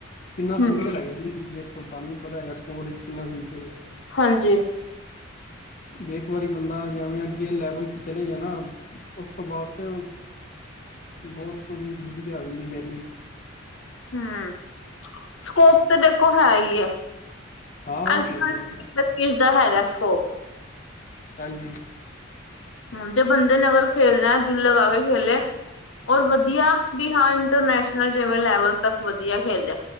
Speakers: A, on the left (about 45°); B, on the left (about 85°).
A: ਕਿੰਨਾ
B: ਹਮ
A: ਫਿਊਚਰ ਹੈਗਾ ਜੀ ਦੇਖੋ ਧਾਨੂੰ ਵੀ ਪਤਾ ਹੈਗਾ ਸਪੋਰਟ ਕਿੰਨਾ ਫਿਊਚਰ ਏ।
B: ਹਾਂਜੀ।
A: ਏਕ ਵਾਰੀ ਬੰਦਾ ਜਵੇਂ ਅੱਗੇ ਲੈਵਲ ਚ ਚਲੇ ਜਾ ਨਾ, ਓਸ ਤੋਂ ਬਾਦ ਫ ਬੋਤ ਥੋੜੀ ਵਧੀਆ ਰੈਂਦੀ ਮੈ
B: ਹੂੰ। ਸਕੋਪ ਤੇ ਦੇਖੋ ਹੈ ਈ ਆ
A: ਹਾਂ ਉਹ
B: ਅਜ-ਕਲ
A: ਤੇ ਹੈ ਜੀ,
B: ਏਸ ਦਾ ਹੈਗਾ ਸਕੋਪ
A: ਹਾਂਜੀ।
B: ਹੂੰ ਜੇ ਬੰਦੇ ਨੇ ਅਗਰ ਖੇਲਣਾ <unintelligible> ਔਰ ਵਧੀਆ ਵੀ ਹਾਂ ਇੰਟਰਨੈਸ਼ਨਲ ਜਿਵੇਂ, ਲੈਵਲ ਤੱਕ ਵਧੀਆ ਖੇਲਿਆ।